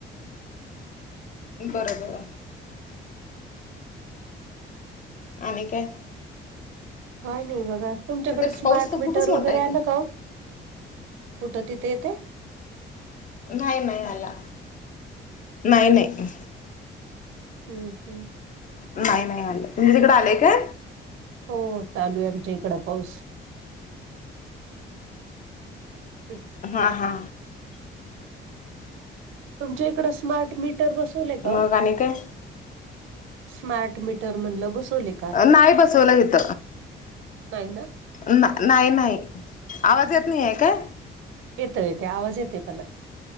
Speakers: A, on the left; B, on the right.
A: बरोबर. आणि काय?
B: काय नाही बघा. तुमच्याकडे
A: तिथे
B: स्मार्ट
A: पाऊस तर
B: मीटर
A: खूपच मोठा
B: वगैरे
A: आहे
B: आल
A: काय
B: का हो? कुठ तिथे येते.
A: नाही -नाही आला. नाही -नाही.
B: हम् हम्
A: नाही -नाही आले तुम्ही तिकड आलेय का?
B: हो चालू आहे आमच्या इकड पाऊस. हम
A: हा हा
B: तुमच्या इकड स्मार्ट मीटर बसवलय का
A: मग
B: हो?
A: आणि काय
B: स्मार्ट मीटर म्हणल बसवले. का
A: नाही बसवला इथ.
B: नाही ना,
A: नाही नाही आवाज येत नाही काय?
B: येत येते आवाज येते मला.